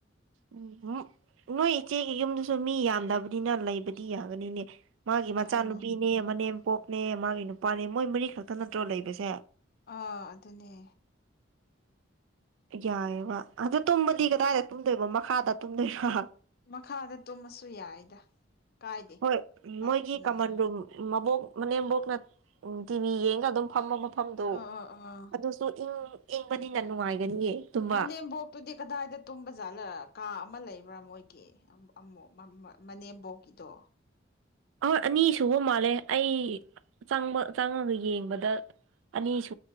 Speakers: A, on the right; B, on the left.
A: ꯎꯝꯎꯨꯝ ꯅꯣꯏ ꯏꯆꯦꯒꯤ ꯌꯨꯝꯗꯨꯁꯨ ꯃꯤ ꯌꯥꯝꯗꯕꯅꯤꯅ ꯂꯩꯕꯗꯤ ꯌꯥꯒꯅꯤꯅꯦ ꯃꯥꯒꯤ ꯃꯆꯥꯅꯨꯄꯤꯅꯦ
B: ꯎꯝ
A: ꯃꯅꯦꯝꯄꯣꯛꯅꯦ ꯃꯥꯒꯤ ꯅꯨꯄꯥꯅꯦ ꯃꯣꯏ ꯃꯔꯤ ꯈꯛꯇ ꯅꯠꯇ꯭ꯔꯣ ꯂꯩꯕꯁꯦ
B: ꯑꯥ ꯑꯗꯨꯅꯦ
A: ꯌꯥꯏꯑꯦꯕ ꯑꯗꯨ ꯇꯨꯝꯕꯗꯤ
B: ꯎꯝ
A: ꯀꯗꯥꯏꯗ ꯇꯨꯝꯗꯣꯏꯕ ꯃꯈꯥꯗ ꯇꯨꯝꯗꯣꯏꯔꯣ
B: ꯃꯈꯥꯗ ꯇꯨꯝꯃꯁꯨ ꯌꯥꯏꯗ ꯀꯥꯏꯗꯦ
A: ꯍꯣꯏ
B: ꯅꯠ
A: ꯃꯣꯏꯒꯤ
B: ꯎꯝ
A: ꯀꯃꯟ ꯔꯨꯝ ꯃꯕꯣꯛ ꯃꯅꯦꯝꯕꯣꯛꯅ ꯇꯤꯚꯤ ꯌꯦꯡꯒ ꯑꯗꯨꯝ ꯐꯝꯕ ꯃꯞ ꯐꯝꯗꯣ
B: ꯑꯥ ꯑꯥ ꯑꯥ
A: ꯑꯗꯨꯁꯨ ꯏꯪ ꯏꯪꯕꯅꯤꯅ ꯅꯨꯡꯉꯥꯏꯒꯅꯤꯌꯦ ꯇꯨꯝꯕ
B: ꯃꯅꯦꯝꯕꯣꯛꯇꯨꯗꯤ ꯀꯗꯥꯏꯗ ꯇꯨꯝꯕ ꯖꯥꯠꯂ ꯀꯥ ꯑꯃ ꯂꯩꯕ ꯄꯨꯔ ꯃꯣꯏꯒꯤ ꯑꯝ ꯑꯝꯃ ꯃꯅꯦꯝꯕꯣꯛꯀꯤꯗꯣ
A: ꯍꯣꯏ ꯑꯅꯤ ꯁꯨꯕ ꯃꯥꯜꯂꯦ ꯑꯩ ꯆꯪꯕ ꯆꯪꯉꯒ ꯌꯦꯡꯕꯗ ꯑꯅꯤ ꯁꯨ